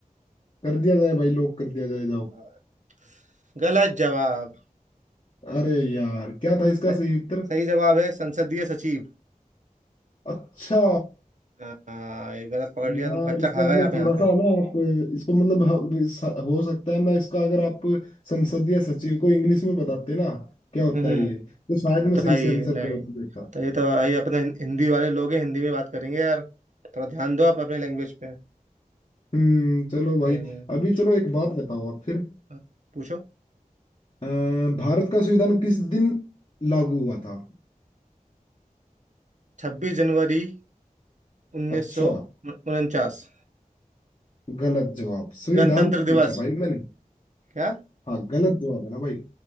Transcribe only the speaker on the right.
अ, गलत जवाब
स-
सही जवाब है संसदीय सचिव
हाँ ये गलत पकड़ लिया
तुम कच्चा
खा गए
आप यहाँ
पे
हम्म
तब
तो
भाई
नहीं
तो ये तो भाई अपने हिं- हिंदी वाले लोग हैं हिंदी में बात करेंगे यार थोड़ा ध्यान दो आप अपने लैंग्वेज पे
हम्म,
आप पूछो
छब्बीस जनवरी उन्नीस
सौ उनचास
गणतंत्र दिवस
क्या